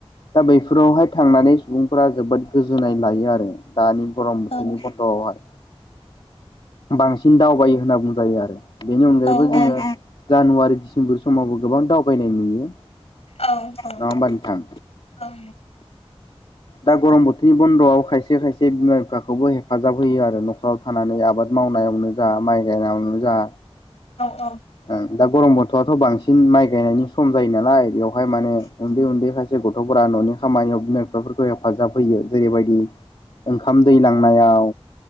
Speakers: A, on the left (about 55°); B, on the left (about 75°).
A: दा बैफोरावहाय थांनानै सुबुंफोरा जोबोद गोजोननाय लायो आरो। दानि गरम बोथोरनि
B: नंगौ
A: बन्द'आवहाय बांसिन दावबायो होनना बुंजायो आरो बेनि अनगायैबो
B: औ औ
A: जोङो जानुवारि दिडसेम्बर समावबो गोबां दावबायनाय नुयो।
B: औ औ
A: नङा होमबा नोंथां
B: औ
A: दा गरम बोथोरनि बन्द'आव खायसे खायसे बिमा बिफाखौबो हेफाजाब होयो आरो न'खराव थानानै आबाद मावनायावनो जा माइ गायनायावनो जा
B: औ औ।
A: ओं दा गरम बथ'आथ' बांसिन माइ गायनायनि सम जायो नालाय बेवहाय माने उन्दै उन्दै खाय से गथ'फोरा न'नि खामानियाव बिमा बिफाफोरखौ हेफाजाब होयो जेरैबायदि ओंखाम दै लांनायाव